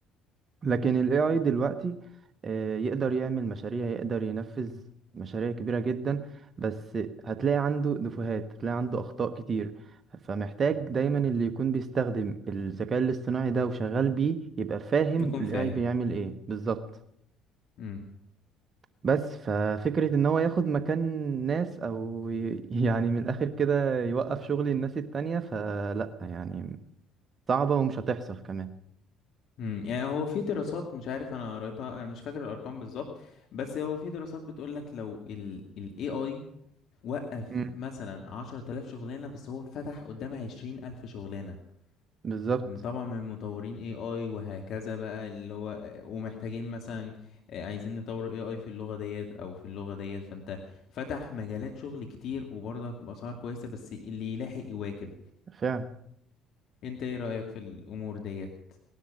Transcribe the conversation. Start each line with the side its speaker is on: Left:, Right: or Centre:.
Right: لكن ال AI دلوقتي آه، يقدر يعمل مشاريع يقدر ينفذ مشاريع كبيرة جدا بس هتلاقي عنده نفوهات هتلاقي عنده أخطاء كتير فمحتاج دايما اللي يكون بيستخدم الذكاء الاصطناعي ده وشغال بيه يبقى فاهم
Left: يكون
Right: ال
Left: فاهم
Right: AI بيعمل ايه بالظبط
Left: امم
Right: بس ففكرة ان هو ياخد مكان ناس او ي- <laughs> يعني من الاخر كده يوقف شغل الناس التانية فلا يعني صعبة ومش هتحصل كمان
Left: امم يعني هو في دراسات مش عارف انا قريتها انا مش فاكر الارقام بالظبط بس هو في دراسات بتقول لك لو ال ال AI وقف
Right: مم.
Left: مثلا عشرة آلاف شغلانة بس هو فتح قدامها عشرين ألف شغلانة
Right: بالظبط
Left: من- طبعا من مطورين اي اي وهكذا بقى اللي هو ومحتاجين مثلا آه، عايزين نطور اي اي في اللغة ديت او في اللغة ديت فانت فتح مجالات شغل كتير وبرضك بأسعار كويسة بس اللي يلاحق يواكب
Right: فعلا
Left: انت ايه رأيك في الامور ديت